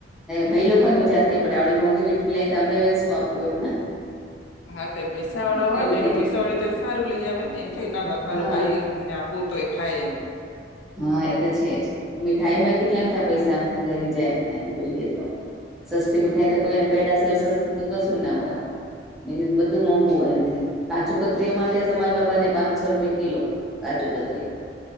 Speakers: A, in the centre; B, on the left (about 85°).
A: ભાઈ લોકોને
B: હા
A: વિચાર થઈ પડે આવડી મોંઘી મીઠી લઈ એમને શું આપવું એમને
B: હા તે પૈસા વાળા
A: એવું
B: હોય બેનો
A: થઇ જાય
B: પૈસા વાળી તો સારું લઈ આવે ને એમ થાય ના મારો
A: હા
B: ભાઈને આપું તો એ ખાય એમ.
A: હા એ તો છે જ. મીઠાઈ માં કેટલામ થાય પૈસા આમ થાય ઘરી જાય એમ થાય જોઈએ તો સસ્તી મીઠાઈ તો કોઈને પેડા સિવાય સસ્તું તો કશું ના હોય. બીજું તો બધું મોંઘું હોય એનથી કાજુ કતરી અમારા ત્યાં સમાજમાં બને પાંચસો રૂપિયા કિલો કાજુ કતરી.